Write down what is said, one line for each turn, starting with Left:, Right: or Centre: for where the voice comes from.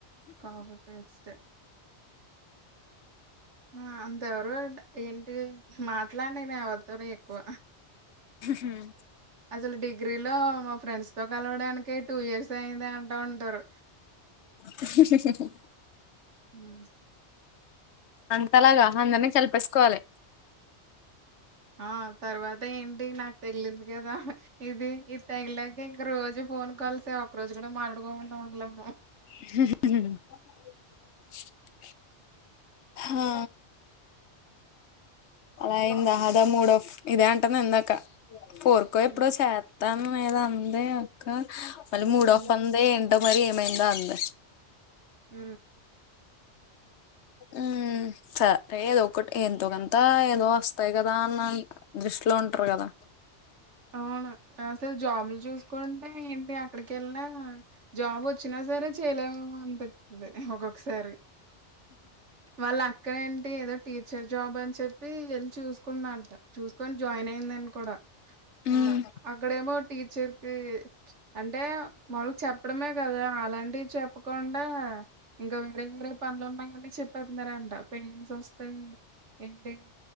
Right: కాఫీ పేస్ట్ ఆ, అంతెవరు ఏంటి మాట్లాడి వత ఎక్కువ
Left: ఉమ్,
Right: అసలు డిగ్రీలో ఫ్రెండ్స్ తో కలవడానికి టూ ఇయర్స్ అయింది అంటా ఉంటారు
Left: సషు సుషు
Right: హ
Left: అంతలాగా అందరినీ కలిపేసుకోవాలి
Right: ఆ తర్వాత ఏంటి నాకు తెగిలింది కదా ఇది ఇ తెగిలాక ఇంక రోజు ఫోన్ కాల్సే ఒక రోజు కూడా మాట్లాడుకోకుంటా ఉండలేమో
Left: హ హా అలాయిందా అదా మూడో ఇదే అంటాను ఇందాక ఫోర్కో ఎప్పుడో
Right: హ్మ్.
Left: చేయ మత్తాను ఏద అందే అక్క మళ్ళీ మూడోఫ్
Right: హ్మ్.
Left: అందే ఏ అంత మరీ ఏమైందో అంద
Right: అ
Left: ఉ సరే ఏదో ఒకటి ఎంతోకంతా ఏదో వస్తాయి కదా అన్న దృష్టిలో ఉంటారు కదా
Right: అవునా అసలు జాబులు చూసుకుంటే ఏంటి అక్కడికి వెళ్ినా జాబ్ వచ్చినా సరే చేయలేమేమో అనిపిస్తుంది ఒొక్కసారి వాళ్ళు అక్కడ అే ఏదో టీచర్ జాబ్ అని చెప్పి వెళ్లిి చూసుకుంద అంట చూసుకొని జాయిన్ అయిందని కూడా
Left: ఉమ్
Right: ఆ అక్కడమో టీచర్కి అంటే మాళకు చెప్పడమే కదా అలాంటివి చెప్పకుండా ఇంకా వేరే వేరే పనులు ఉన్నాంట చెప్పతున్నారా అంట ఇ ఎ సంస్థ ఏంటిడి